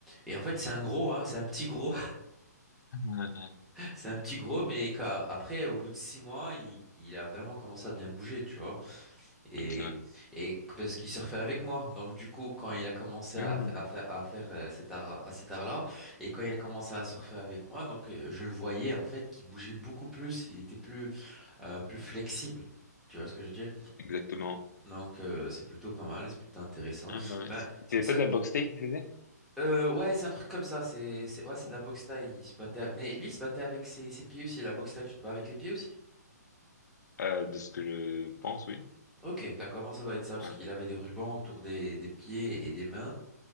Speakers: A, in the centre; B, on the left (about 70°).
A: et en fait c'est un gros, hein, c'est un petit gros.
B: Ouais, <laughs> ouais.
A: C'est un petit gros, mais qu'a- après, au bout de six mois, il, il a vraiment commencé à bien bouger, tu vois. Et,
B: Ok, ouais.
A: et que- parce qu'il surfait avec moi. Donc, du coup, quand il a commencé
B: Hmm,
A: à, fa- à faire, à faire euh, cet art, à cet art-là, et quand il a commencé à surfer avec moi, donc, euh, je le voyais, en fait, qu'il bougeait beaucoup plus. Il était plus, euh, plus flexible. Tu vois ce que je veux dire?
B: exactement.
A: Donc, euh, c'est plutôt pas mal, c'est plutôt intéressant.
B: Ah, bah ouais,
A: Ben,
B: c'est- C'était
A: ça,
B: pas de la boxe thaï qu'il faisait?
A: euh, ouais, c'est un truc comme ça. C'est, c'est, ouais, c'est
B: Ouais.
A: de la boxe thaï. Il se battait, mais lui, il se battait avec ses, ses pieds aussi. La boxe thaï, tu te bats avec les pieds aussi?
B: Euh, de ce que je pense, oui.
A: Ok, d'accord. Moi, ça doit être ça parce
B: Ouais,
A: qu'il avait des rubans autour des, des pieds et des mains.